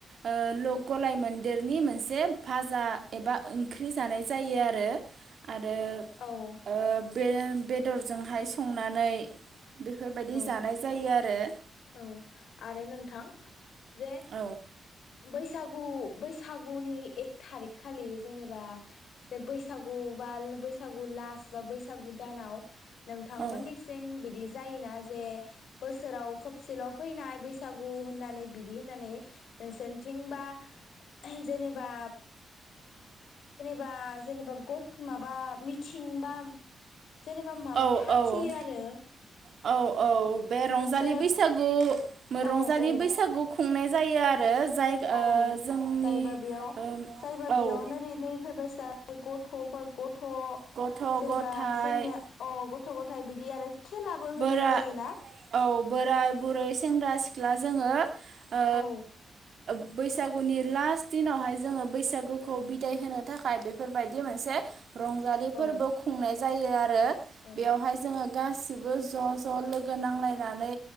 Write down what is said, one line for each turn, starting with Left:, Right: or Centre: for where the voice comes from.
Right: ओ लक गलाय मोन्देरनि मोनसे फाजा एबा ओंख्रि जानाय जायो आरो आरो।
Left: औ।
Right: ओ बे बेदरजोंहाय संनानै। बेफोरबायदि
Left: औ
Right: जानाय जायो आरो
Left: औ आरो नोंथां। जे
Right: औ
Left: बैसाग। गु बैसागुनि एक थारिख खालि जेनेबा जे बैसागु बा बैसागु लास्ट बा बैसागु दानाव। नोंथांमोन
Right: औ
Left: निसिं बिदि जायो। जे बोसोराव खोबसेल' फैनाय बैसागु होननानै बिदि होननानै नोंसोरथिंबा जेनेबा। बा जेनेबा गद माबा मिथिं बा जेनेबा माबा
Right: औ
Left: फाथियो
Right: औ
Left: आरो।
Right: औ औ बे रंजालि
Left: मोनसे।
Right: बैसागु
Left: औ
Right: रंजालि
Left: औ
Right: बैसागु। संनाय जायो आरो। जाय ओ
Left: औ
Right: जोंनि
Left: जायबा बेयाव
Right: ओ
Left: जायबा बेयाव
Right: औ
Left: नोरै नैफोरबायसा। गथ'फा गथ। थ'
Right: गथ'
Left: जेनेबा
Right: गथाइ
Left: जोंनिया अ गथ'। थाय बिदि आरो। खेलाबो होनाय
Right: बोरा
Left: जायोना
Right: औ बोराय बुरै सेंग्रा सिख। ला जोङो। ओ
Left: औ।
Right: बैसागुनि लास्ट दिनावहाय जोङो बैसागुखौ बिदाय होनो थाखाय बेफोरबायदि मोनसे। रंजालि फोरबो
Left: औ
Right: खुंनाय। जायो आरो आरो
Left: ओं
Right: बेयावहाय जोङो गासैबो बो ज' ज' लोगो नांलायनानै